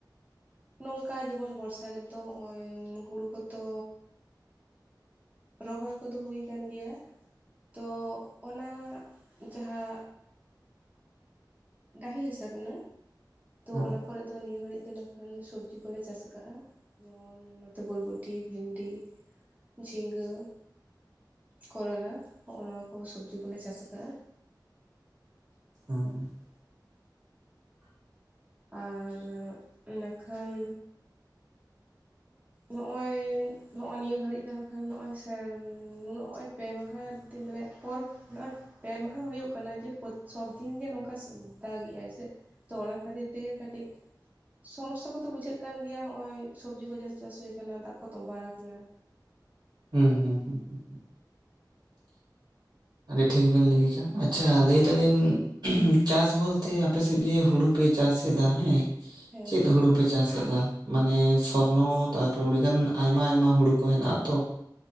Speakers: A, on the right; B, on the right.
A: ᱱᱚᱝᱠᱟ ᱡᱮᱢᱚᱱ ᱵᱚᱨᱥᱟ ᱨᱮᱫᱚ ᱦᱚᱸᱜᱼᱚᱭ ᱦᱩᱲᱩ ᱠᱚᱛᱚ ᱨᱚᱦᱚᱭ ᱠᱚᱫᱚ ᱦᱩᱭ ᱠᱟᱱ ᱜᱮᱭᱟ ᱛᱚ ᱚᱱᱟ ᱡᱟᱦᱟ ᱰᱟᱹᱦᱤ ᱦᱟᱥᱟ ᱠᱟᱱᱟ ᱛᱚ
B: ᱦᱮᱸ
A: ᱚᱱᱟ ᱠᱚᱨᱮ ᱛᱚ ᱱᱤᱭᱟᱹ ᱜᱷᱟᱹᱲᱤᱡ ᱫᱚ ᱤᱱᱟᱹ ᱠᱷᱟᱱ ᱥᱚᱵᱽᱡᱤ ᱠᱚᱞᱮ ᱪᱟᱥ ᱠᱟᱜᱼᱟ ᱡᱮᱢᱚᱱ ᱱᱚᱛᱮ ᱵᱚᱞᱵᱚᱴᱤ ᱵᱷᱤᱱᱰᱤ ᱡᱷᱤᱸᱜᱟᱹ ᱠᱚᱨᱚᱞᱟ ᱦᱚᱜᱼᱚᱭ ᱱᱚᱣᱟ ᱠᱚ ᱥᱚᱵᱡᱤ ᱠᱚᱞᱮ ᱪᱟᱥ ᱟᱠᱟᱜᱼᱟ
B: <inaudible>
A: ᱟᱨ ᱤᱱᱟ ᱠᱷᱟᱱ ᱱᱚᱜᱼᱚᱭ ᱱᱚᱜᱼᱦᱳᱭ ᱱᱤᱭᱟᱹ ᱜᱷᱟᱹᱲᱤᱡ ᱫᱟᱨᱮ ᱠᱷᱟᱱ ᱱᱚᱜᱼᱚᱭ ᱥᱮ ᱱᱩᱱᱟᱹᱜ ᱯᱮ ᱢᱟᱦᱟ ᱫᱤ ᱢᱟᱱᱮ ᱯᱚᱨᱚᱵᱽ ᱯᱮ ᱢᱟᱦᱟ ᱦᱩᱭᱩᱜ ᱠᱟᱱᱟ ᱡᱮ ᱥᱚᱵ ᱫᱤᱱ ᱜᱮ ᱱᱚᱝᱠᱟ ᱫᱟᱜ ᱮᱜᱟᱭ ᱥᱮ ᱛᱚ ᱚᱱᱟ ᱠᱷᱟᱹᱛᱤᱨ ᱛᱤᱜᱤ ᱠᱟᱹᱴᱤᱡ ᱥᱚᱢᱚᱥᱟ ᱠᱚᱫᱚ ᱵᱩᱡᱷᱟᱹᱜ ᱠᱟᱱ ᱜᱮᱭᱟ ᱦᱚᱜ ᱼᱚᱭ ᱥᱚᱵᱡᱤᱽ ᱠᱚ ᱡᱟᱦᱟᱸ ᱪᱟᱥ ᱦᱩᱭᱠᱟᱱᱟ ᱫᱟᱜ ᱠᱚ ᱛᱚᱸᱵᱟ ᱟᱠᱟᱱᱟ
B: ᱦᱩᱸ ᱦᱩᱸ ᱦᱩᱸ ᱦᱩᱸ ᱦᱩᱸ ᱟᱹᱰᱤ ᱴᱷᱤᱠ ᱵᱤᱱ ᱞᱟᱹᱭ ᱠᱟᱜ ᱟᱪᱪᱷᱟ ᱞᱟᱹᱭ ᱫᱟᱹᱞᱤᱧ ᱪᱟᱥ ᱵᱳᱞᱛᱮ ᱟᱯᱮ ᱥᱮᱫ ᱜᱮ ᱦᱩᱲᱩ ᱯᱮ ᱪᱟᱥ ᱮᱫᱟ ᱦᱮᱸ
A: ᱦᱮᱸ
B: ᱪᱮᱫ ᱦᱩᱲᱩ ᱯᱮ ᱪᱟᱥ ᱠᱟᱫᱟ ᱢᱟᱱᱮ ᱥᱚᱨᱱᱚ ᱛᱟᱨᱯᱚᱨ ᱩᱲᱤᱜᱟᱱ ᱟᱭᱢᱟ ᱟᱭᱢᱟ ᱦᱩᱲᱩ ᱠᱚ ᱦᱮᱱᱟᱜᱼᱟ ᱛᱚ